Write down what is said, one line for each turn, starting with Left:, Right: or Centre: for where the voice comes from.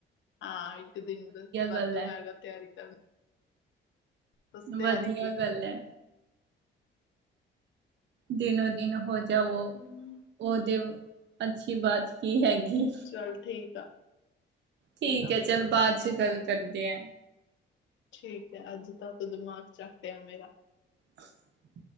Left: ਹਾਂ, ਇੱਕ ਦਿਨ ਵਾਧੂ
Right: ਗੱਲ ਹੈ
Left: ਹੈਗਾ ਤਿਆਰੀ ਕਰਨ ਬਸ ਤਿਆਰੀ
Right: ਵਧੀਆ
Left: ਕੀ
Right: ਗੱਲ ਐ। ਦਿਨੋਂ ਦਿਨ ਹੋ ਜਾਵੋ।
Left: ਹਮ
Right: ਉਹਦੇ ਓ ਅੱਛੀ ਬਾਤ ਕੀ ਹੈਗੀ।
Left: ਚੱਲ ਠੀਕ ਆ
Right: ਠੀਕ
Left: ਆ ਮੈਂ
Right: ਐ ਚੱਲ,
Left: ਸੋਚਦੀ
Right: ਬਾਅਦ
Left: ਆ
Right: ਚ ਗੱਲ ਕਰਦੇ ਆਂ।
Left: ਠੀਕ ਐ ਅੱਜ ਤਾਂ, ਤੂੰ ਦਿਮਾਗ ਚੱਟਿਆ ਮੇਰਾ।
Right: <inaudible>